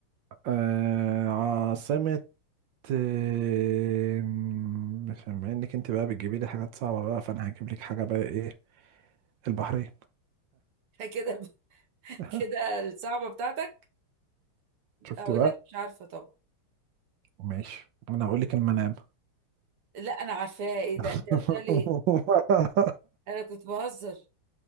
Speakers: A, on the right; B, on the right.
A: آه عاصمة آه، م- بما انك انت بقى بتجيبي لي حاجات صعبة بقى فانا هجيب لك حاجة بقى ايه البحرين
B: <laughs> كده
A: <laughs>
B: كده الصعبة بتاعتك
A: شفت
B: هقول
A: بقى
B: لك مش عارفة طبعا
A: ماشي انا هقول لك المنام
B: لا انا عارفاها ايه
A: <laughs>
B: ده انت قلت لي ايه انا كنت بهزر